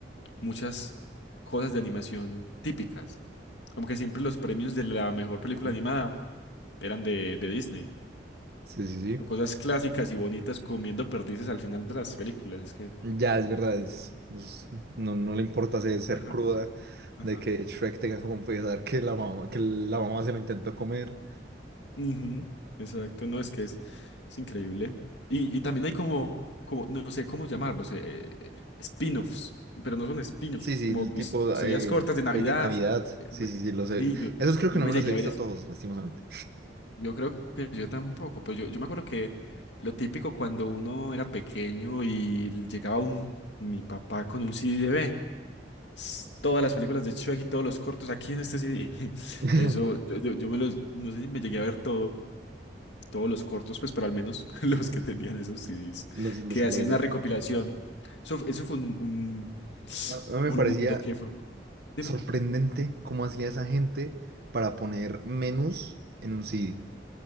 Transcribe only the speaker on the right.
Sí,
sí, sí.
sí.
Ya es verdad, es, es- no, no le importa ser, ser
cruda
de que Shrek tenga que confesar que la mamá, que la mamá se lo intentó comer.
Sí, sí,
el tipo
eh,
Shrek en Navidad.
Sí,
sí, sí, los he...
Esos creo que
no
me
los he visto
todos, lastimosamente.
<laughs>
Los, los
que
aparecían.
A a mí me
parecía
sorprendente cómo hacía esa gente para poner menús en un CD.